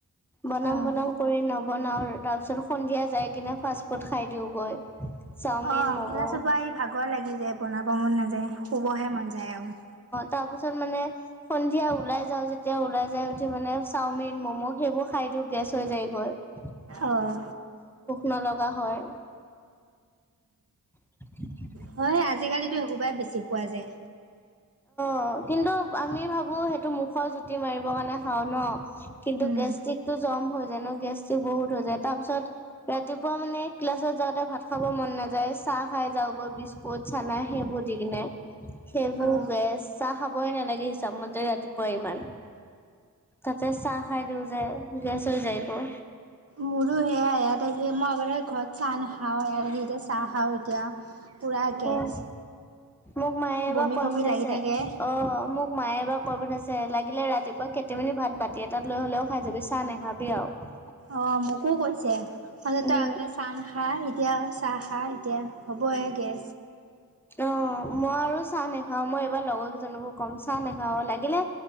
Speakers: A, in the centre; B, on the right.
A: বনাম
B: অ'।
A: বনাম কৰি নবনাওঁ তাৰ পিছত সন্ধিয়া যাই কিনে ফাষ্ট ফুড খাই দিওঁগৈ চাওমিন
B: অ'
A: ম'ম'
B: ক্লাছ পৰা আহি ভাগৰ লাগি যায় বনাব মন নাযায় শুবহে মন যায় আৰু
A: তাৰ পিছত মানে সন্ধিয়া ওলাই যাওঁ যেতিয়া ওলাই যাই উঠি মানে চাওমিন ম'ম' সেইবোৰ খাই এইটো গেছ হৈ যায় গৈ
B: অহ
A: নলগা হয় <unintelligible>
B: হয় আজিকালিতো এই সোবাই বেছি পোৱা যায়।
A: অ' কিন্তু আমি ভাবো সেইটো মুখৰ জুতি মাৰিব কাৰণে খাওঁ ন কিন্তু
B: উম,
A: গেষ্টিক টো জাম হৈ যায় ন গেছ বহুত হৈ যায় তাৰ পিছত ৰাতিপুৱা মানে ক্লাছত যাওঁতে ভাত খাব মন নাই। নাযায় চাহ খাই যাওঁ গৈ বিস্কুট চানা সেইবোৰ দি কিনে সেইবোৰ
B: অ'।
A: গেছ চাহ খাবই নালাগে হিচাপ মতে ৰাতিপুৱাই ইমান। তাতে চাহ খাই দিওঁ যে গেছ হৈ যায় আকৌ
B: মোৰো সেয়া ইয়াত আহি মই আগ ঘৰত চাহ নাখাওঁ। ইয়াত আহি এতিয়া চাহ খাওঁ এতিয়া। পুৰা গেছ
A: উম মোক মায়ে
B: বমি
A: এবাৰ কৈ
B: বমি
A: পঠাইছে
B: লাগি থাকে
A: অ' মোক। মায়ে এবাৰ কৈ পঠাইছে লাগিলে ৰাতিপুৱা কেটি মান ভাত বাতি এটাত লৈ হ'লেও খাই যাবি চাহ নাখাবি আৰু
B: অ' মোকো কৈছে অ'
A: উম,
B: তই আগলৈ চাহ নাখাই এতিয়া চাহ খাহ এতিয়া হ'বহে গৈ
A: অ মই আৰু চাহ নাখাও মই এইবাৰ লগৰ কেইজনকো কম চাহ নাখাওঁ লাগিলে